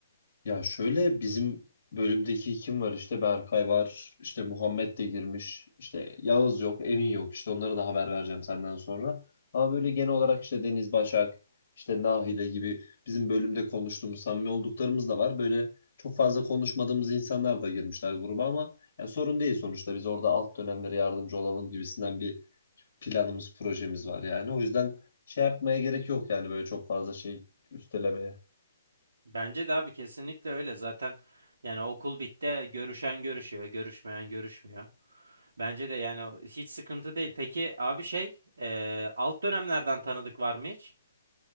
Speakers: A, on the left (about 40°); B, on the right (about 55°).
A: Ya şöyle bizim bölümdeki kim var işte Berkay var işte Muhammed de girmiş işte Yağız yok Emin yok işte onlara da haber vereceğim senden sonra. Ama böyle genel olarak işte Deniz Başak işte Nahide gibi bizim bölümde konuştuğumuz samimi olduklarımız da var. Böyle çok fazla konuşmadığımız insanlar da girmişler gruba ama ya sorun değil sonuçta biz orada alt dönemlere yardımcı olalım gibisinden bir planımız projemiz var yani. O yüzden şey yapmaya gerek yok yani böyle çok fazla şey üstelemeye.
B: Bence de abi kesinlikle öyle. Zaten yani okul bitti görüşen görüşüyor, görüşmeyen görüşmüyor. Bence de yani hiç sıkıntı değil. Peki abi şey e, alt dönemlerden tanıdık var mı hiç?